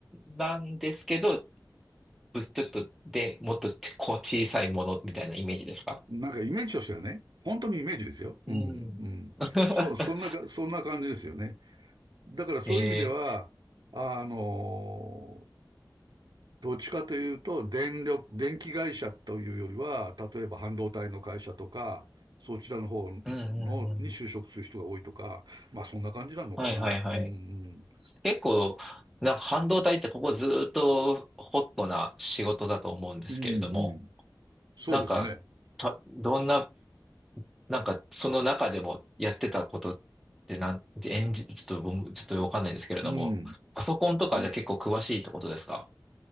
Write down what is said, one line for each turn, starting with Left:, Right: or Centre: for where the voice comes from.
Centre: なんですけど、ぶちょっとで、もっとちこう小さいものみたいなイメージですか
Right: なんかイメージとしてはね、本当にイメージですよ。うん。
Centre: うん。
Right: うん。
Centre: <laughs>
Right: そ、そんなか、そんな感じですよね。だからそういう意味では、
Centre: ええ
Right: あのどっちかというと、電力、電気会社というよりは、例えば半導体の会社とか、そちらの方の、
Centre: うんうんうん。
Right: に就職する人が多いとか、まあそんな感じなのかな。
Centre: はいはいはい。
Right: うんうん。
Centre: 結構、な、半導体ってここずーっとホットな仕事だと思うんですけれども、
Right: うんうん。そうですね。
Centre: なんか、た、どんな、なんかその中でもやってたことってなん、エンジ、ちょっと僕、ちょっとわかんないですけれども、
Right: うん。
Centre: パソコンとかじゃ結構詳しいってことですか
Right: あの、